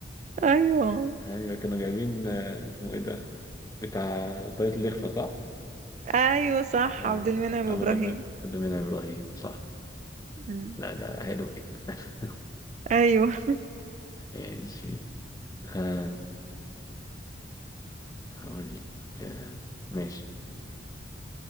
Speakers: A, on the right; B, on the left.
A: ايوه
B: ايوه كانوا جايبين آه، اسمه ايه ده بتاع طاقية اللخفة صح؟
A: ايوه صح
B: يعني
A: عبد المنعم
B: عمل
A: ابراهيم
B: أمان عمل أمان إبراهيم صح
A: مم.
B: لا ده حلو جدا <laughs>
A: ايوه <laughs>
B: ماشي آه، هقول لك آه، ماشي